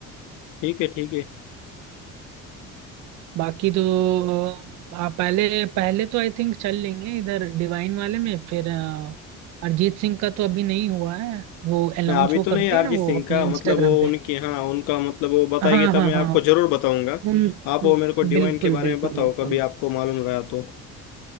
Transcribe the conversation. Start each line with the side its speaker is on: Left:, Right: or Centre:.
Left: ठीक है ठीक है
Right: बाकी तो अ, आप पहले पहले तो आई थिंक चल लेंगे इधर डिवाइन वाले में फिर अ, अरिजीत सिंह का तो अभी नहीं हुआ है वो अनाउंस
Left: मैं अभी
Right: वो
Left: तो नहीं
Right: करते
Left: अरिजीत
Right: हैं ना वो
Left: सिंह
Right: अपने
Left: का
Right: इंस्टाग्राम
Left: मतलब वो
Right: पे
Left: उनकी हाँ उनका मतलब वो बताएंगे
Right: हाँ हाँ
Left: तब मैं
Right: हाँ
Left: आपको जरूर बताऊंगा
Right: उन
Left: आप
Right: उन-
Left: वो मेरे को डिवाइन
Right: बिल्कुल
Left: के बारे
Right: बिल्कुल
Left: में बताओ
Right: बिल्कुल
Left: कभी आपको मालूम रहा तो